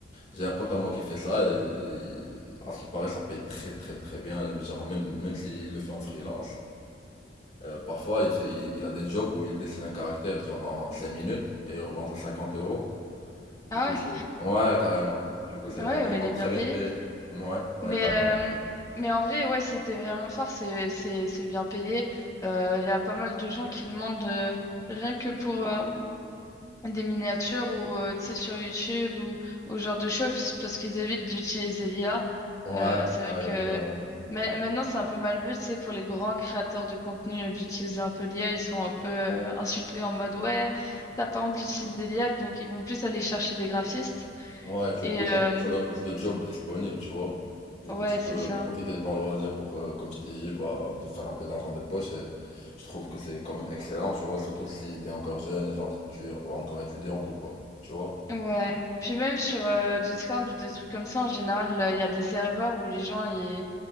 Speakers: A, on the left (about 40°); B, on the left (about 20°).
A: j'ai un pote à moi qui fait ça, et il- à ce qui paraît, ça paye très, très, très bien, genre, même, même s'il le fait en freelance. euh, parfois, il, fait- il, il a des jobs où il dessine un caractère, genre, en 5 minutes, et il revend ça 50 euros.
B: Ah
A: Du coup,
B: ouais.
A: c'est... Ouais, carrément. Du coup, c'est
B: Ah
A: vraiment
B: Ouais, ouais, il est
A: très
B: bien
A: bien
B: payé.
A: payé. Ouais, ouais,
B: Mais,
A: carrément.
B: euh, mais en vrai, ouais, c'était vraiment fort. C'est, c'est, c'est bien payé. Euh, Il y a pas mal de gens qui demandent, euh, rien que pour, euh, des miniatures ou euh, tu sais sur YouTube ou ou genre de choses parce qu'ils évitent d'utiliser l'IA.
A: Ouais,
B: Euh, c'est vrai
A: ouais, exactement.
B: que mais maintenant c'est un peu mal vu, tu sais, pour les grands créateurs de contenu euh, d'utiliser un peu l'IA, ils sont un peu euh, insultés en mode ouais, t'as pas honte d'utiliser l'IA, donc ils vont plus aller chercher des graphistes.
A: Ouais, du
B: Et
A: coup, ça,
B: euh,
A: ça donne plus de jobs disponibles, tu vois. Du
B: ouais,
A: coup, tu peux
B: c'est ça.
A: profiter de ton loisir pour, euh, comme je t'ai dit, bah, te faire un peu d'argent de poche. Et je trouve que c'est quand même excellent, tu vois, surtout si t'es encore jeune et genre tu es encore étudiante ou quoi, tu vois.
B: Ouais. Puis même sur euh, Discord ou des trucs comme ça, en général, euh, il y a des serveurs où les gens, ils,